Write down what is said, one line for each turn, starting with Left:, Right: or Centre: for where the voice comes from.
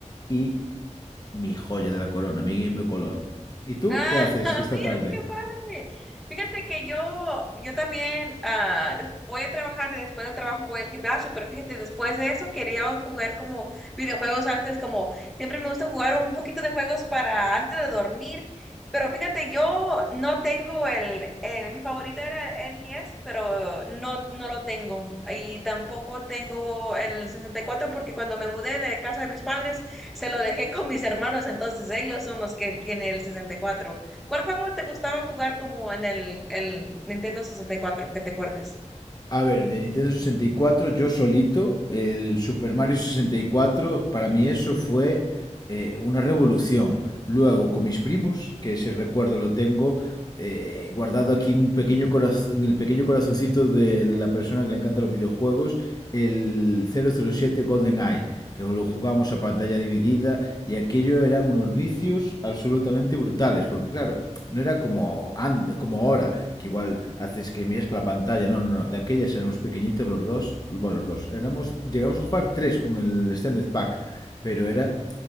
Left: y mi joya de la corona, mi Game Boy Color. ¿Y tú
Centre: Ah,
Left: qué haces
Centre: <laughs>
Left: esta
Centre: mira,
Left: tarde?
Centre: qué padre. Fíjate que yo, yo también ah, des- voy a trabajar y después del trabajo voy al gimnasio, pero fíjate, después de eso quería jugar como videojuegos antes, como siempre me gusta jugar un poquito de juegos para antes de dormir, pero fíjate, yo no tengo el, el- mi favorito era el N E S, pero no, no lo tengo y tampoco tengo el 64 porque cuando me mudé de casa de mis padres, se lo dejé con mis hermanos, entonces ellos son los que tiene el sesenta y cuatro ¿Cuál juego te gustaba jugar como en el, el Nintendo sesenta y cuatro que te acuerdes?
Left: A ver, de Nintendo sesenta y cuatro, yo solito, el Super Mario sesenta y cuatro, para mí eso fue eh, una revolución. Luego, con mis primos, que ese recuerdo lo tengo eh, guardado aquí en, un pequeño corazón, en el pequeño corazoncito de la persona que le encanta los videojuegos, el 007 Golden Eye, que lo jugábamos a pantalla dividida, y aquello eran unos vicios absolutamente absolutamente brutales, porque claro, no era como, como ahora, que igual haces que miras para la pantalla, no, no, no, de aquellas éramos pequeñitos los dos, bueno, los dos, éramos, llegamos a jugar tres con el Standard Pack, pero era